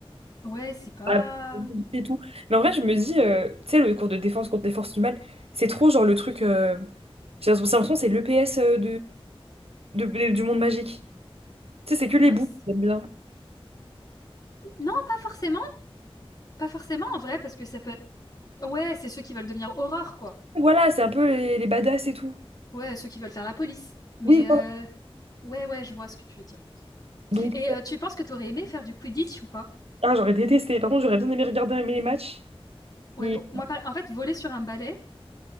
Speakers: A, on the left (about 40°); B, on the right (about 75°).
A: Ouais, c'est pas.
B: Ouais. Et tout. Mais en vrai, je me dis, euh, tu sais, le cours de défense contre les forces du mal, c'est trop genre le truc. euh, J'ai l'impression j'ai l'impression que c'est l'EPS de... de- de- du monde magique. Tu sais, c'est que les
A: Ouais.
B: boules,
A: c'est-
B: j'aime bien.
A: Non, pas forcément. Pas forcément en vrai, parce que ça peut être. Ouais, c'est ceux qui veulent devenir horreur, quoi.
B: Voilà, c'est un peu les, les badass et tout.
A: Ouais, ceux qui veulent faire la police. Mais
B: oui
A: euh, ouais, ouais, je vois ce que tu veux dire.
B: Donc,
A: Et euh, tu penses que t'aurais aimé faire du Quidditch ou pas?
B: ah, j'aurais détesté. Par contre, j'aurais bien aimé regarder même les matchs.
A: Ouais,
B: Mais
A: pour- moi, pas... en fait, voler sur un balai,